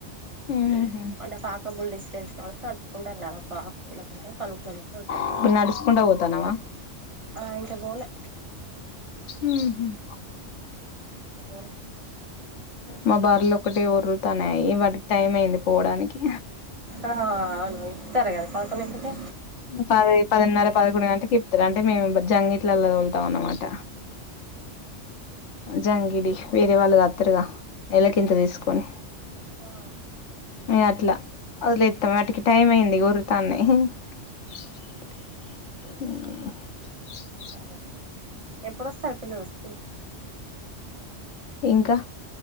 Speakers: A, on the left; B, on the right.
A: ఉమ్ హమ్
B: అంటే వాకేబుల్ డిస్టెన్స్ కాబట్టి నడు ఉండన్నారు ఒక హాఫ్ కిలోమీటర్ వన్ కిలోమీటర్ ఉంటాయి
A: ఇప్పుడు నడుచుకుంటా పోతానవా
B: ఆ ఇంకా పోలే
A: ఉమ్ హమ్
B: వోను
A: మా బర్లు ఒకటే ఒర్రుతున్నాయి వాటికి టైం అయింది పోవడానికి
B: అవును ఇత్తారు గదా పదకొండింటికి
A: పది పదినర పదకూండు గంటకి ఇప్తారు అంటే మేము జంగిట్లలో తలుతాం అన్నమాట జంగిడి వేరే వాళ్ళుగా అత్తరుగా నెలకింత తీసుకొని
B: ఆ
A: అట్లా వదిలేస్తాం వాటికి టైం అయింది గురుతోంది హ
B: సరే ఎప్పుడు వస్తారు పిల్లలు వస్త
A: ఇంకా